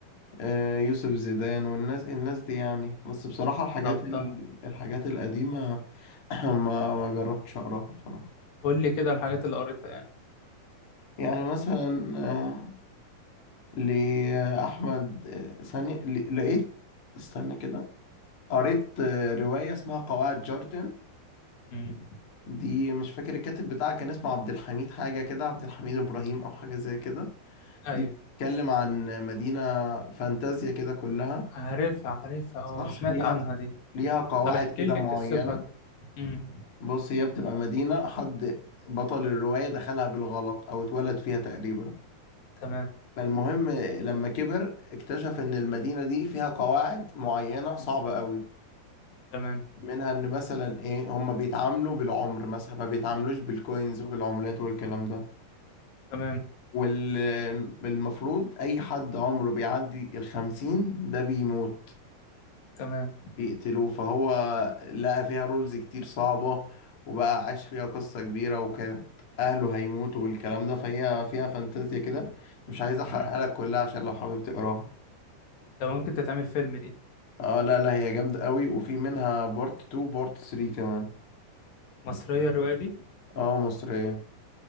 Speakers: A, on the left; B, on the left.
A: آه، يوسف زيدان والناس الناس دي يعني بس بصراحه الحاجات
B: طب
A: ال-
B: آه،
A: الحاجات القديمه <clears throat> ما ما جربتش اقراها بصراحه
B: قول لي كده الحاجات اللي قريتها يعني
A: يعني مثلا آه، لاحمد آه، ثانيه ل- لقيت استنى كده قريت آه، روايه اسمها قواعد جارتن
B: امم
A: دي مش فاكر الكاتب بتاعها كان اسمه عبد الحميد حاجة كده عبد الحميد إبراهيم أو حاجة زي كده
B: ايوه
A: دي بتتكلم عن مدينة فانتازيا كده كلها
B: عارفها عارفها اه
A: صح
B: سمعت
A: ليها
B: عنها دي
A: ليها قواعد
B: طب احكي
A: كده
B: لي
A: معينة
B: قصتها كده امم
A: بص هي بتبقى مدينة حد بطل الرواية دخلها بالغلط أو اتولد فيها تقريبا
B: تمام
A: فالمهم لما كبر اكتشف إن المدينة دي فيها قواعد معينة صعبة
B: مم.
A: قوي
B: تمام
A: منها إن مثلا إيه هما بيتعاملوا بالعمر مثلا ما بيتعاملوش بالكوينز وبالعملات والكلام ده
B: تمام
A: والمفروض أي حد عمره بيعدي الخمسين ده بيموت
B: تمام
A: بيقتلوه فهو لقى فيها رولز كتير صعبة وبقى عاش فيها قصة كبيرة وكانت أهله هيموتوا والكلام ده فهي فيها فانتازيا كده مش عايز أحرقها
B: امم
A: لك كلها عشان لو حابب تقراها
B: ده ممكن تتعمل فيلم دي
A: اه لا لا هي جامدة قوي وفي منها بارت 2 بارت 3 كمان
B: مصرية الرواية دي
A: اه مصرية